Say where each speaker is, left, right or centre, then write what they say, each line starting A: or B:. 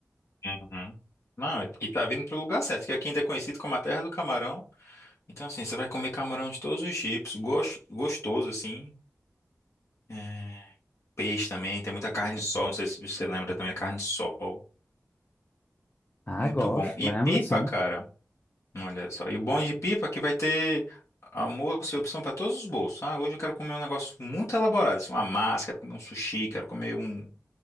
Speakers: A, on the left; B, on the left.
A: Uhum. Não, é, e tá vindo pro lugar certo, que aqui ainda é conhecido como a terra do camarão. Então, assim, você vai comer camarão de todos os tipos, gos- gostoso, assim. É, peixe também, tem muita carne de sol, não sei se você lembra também, carne de sol.
B: Ah,
A: Muito
B: gosto,
A: bom. E
B: lembro
A: pipa,
B: sim.
A: cara. Olha só. E o bom de pipa é que vai ter almoço e opção para todos os bolsos. Ah, hoje eu quero comer um negócio muito elaborado, assim, uma massa, quero comer um sushi, quero comer um